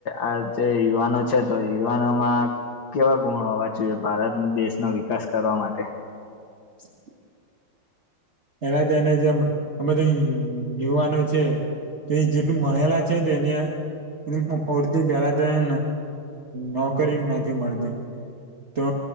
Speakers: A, on the left (about 55°); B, on the right (about 35°).
A: આ જે યુવાનો છે તો યુવાનોમાં કેવા ગુણ હોવા જોઈએ ભારત દેશનો વિકાસ કરવા માટે?
B: <inaudible> એલા તો એને જે આ બધા યુવાનો છે. તો જેટલું મળેલા છે ને એને એ ફૂરતી પેલા તો એ નોકરી નથી મળતી. તો